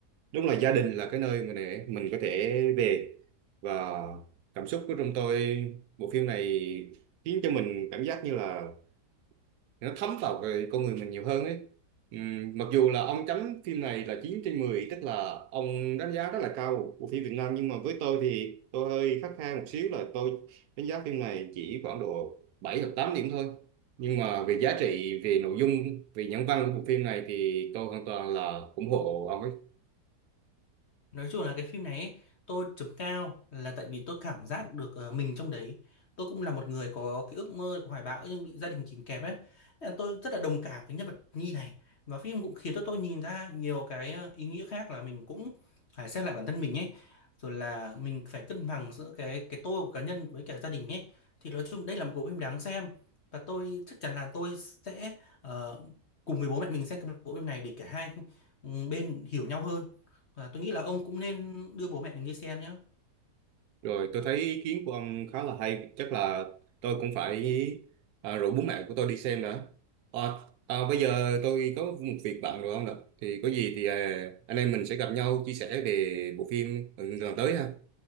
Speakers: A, on the right; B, on the left.
A: đúng là gia đình là cái nơi mà để mình có thể về và cảm xúc của trong tôi bộ phim này khiến cho mình cảm giác như là nó thấm vào cái con người mình nhiều hơn ấy Ừm, mặc dù là ông chấm phim này là chín trên mười tức là ông đánh giá rất là cao của phim Việt Nam nhưng mà với tôi thì tôi hơi khắt khe một xíu là tôi đánh giá phim này chỉ khoảng độ 7 hoặc 8 điểm thôi nhưng mà về giá trị về nội dung về nhân văn của bộ phim này thì tôi hoàn toàn là ủng hộ ông ấy
B: Nói chung là cái phim này ấy, tôi chấm cao là tại vì tôi cảm giác được ờ, mình trong đấy. Tôi cũng là một người có cái ước mơ hoài bão nhưng bị gia đình kìm kẹp ấy. Nên là tôi rất là đồng cảm với nhân vật Nhi này. Và phim cũng khiến cho tôi nhìn ra nhiều cái ờ, ý nghĩa khác là mình cũng phải xét lại bản thân mình ấy. Rồi là mình phải cân bằng giữa cái cái tôi của cá nhân với cả gia đình ấy. Thì nói chung đây là một bộ phim đáng xem. Và tôi chắc chắn là tôi sẽ ờ, cùng với bố mẹ mình xem cái bộ phim này để cả hai ừ, bên hiểu nhau hơn. Và tôi nghĩ là ông cũng nên đưa bố mẹ mình đi xem nhé.
A: Rồi tôi thấy ý kiến của ông khá là hay, chắc là tôi cũng phải à, rủ bố mẹ của tôi đi xem đã. À, à, bây giờ tôi có một việc bận rồi ông ạ. Thì có gì thì à, anh em mình sẽ gặp nhau chia sẻ về bộ phim ừ, lần tới ha.